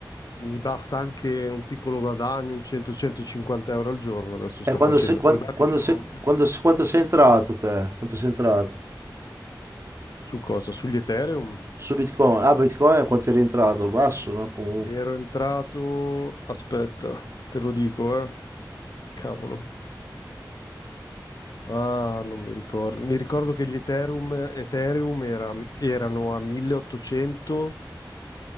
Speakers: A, on the left; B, on the right.
A: mi basta anche un piccolo guadagno, un 100-150 euro al giorno. Adesso sto
B: eh, quando
A: facendo
B: sei, quando,
A: in varie
B: quando
A: cose.
B: sei, quando, sei- quanto sei entrato te? Quanto sei entrato?
A: Su cosa? Sugli Ethereum.
B: Su Bitcoin? Ah, Bitcoin quanto è rientrato? Basso, no? Comunque.
A: Ero entrato, aspetta, te lo dico, eh. Cavolo. Ah, non mi ricordo. Mi ricordo che gli Ethereum, Ethereum era- erano a 1810